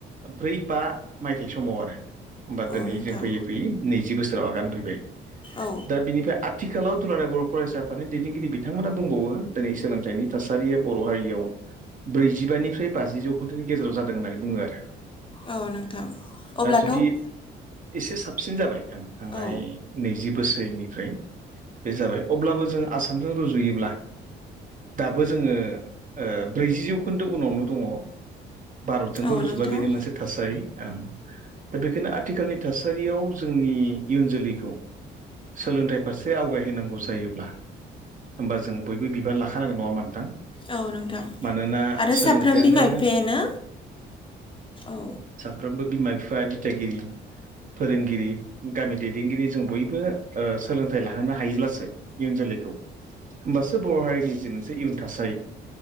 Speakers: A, on the right; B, on the left.
A: ब्रै बा मायथाइ समाव आरो होमबा
B: औ
A: दोनै
B: नोंथां
A: जों फैयै फैयै नैजि बोसोराव आगान होफैबाय।
B: औ
A: दा बिनिफ्राय आथिखालाव दुलाराय बर' फरायसा आफादनि दैदेनगिरि बिथांमोना बुंबावो दोनै सोलोंथाइनि थासारिया बर' हारियाव ब्रैजिबानिफ्राय बाजि जौखोनदोनि गेजेराव जादों होननानै बुङो आरो।
B: औ नोंथां अब्ला
A: दि एसे साबसिन जाबाय ओं थांनाय
B: औ
A: नैजि बोसोरनिफ्राय बे जाबाय अब्लाबो जों आसामजों रुजुयोब्ला दाबो जोङो ओ ब्रैजि जौखोन्दो उनावनो दङ। भारतजोंबो
B: औ
A: रुजुबा
B: नोंथां
A: बेनि मोनसे थासारि ओं दा बेखायनो आथिखालनि थासारियाव जोंनि इयुन जोलैखौ सोलोंथाइ फारसे आवगायहोनांगौ जायोब्ला होमबा जों बयबो बिबान लाखानांगोन नङा होमबा नोंथां?
B: औ नोंथां
A: मानोना
B: आरो
A: सोलोंथाइयानो
B: साफ्रोम बिमा बिफायानो औ
A: फ्रोमबो बिमा बिफा दिथागिरि फोरोंगिरि गामि दैदेनगिरि जों बयबो ओ सोलोंथाइ लाहोनो हायोब्लासो इयुन जो लैखौ होमबासो बर' हारिनि जि मोनसे इयुन थासारि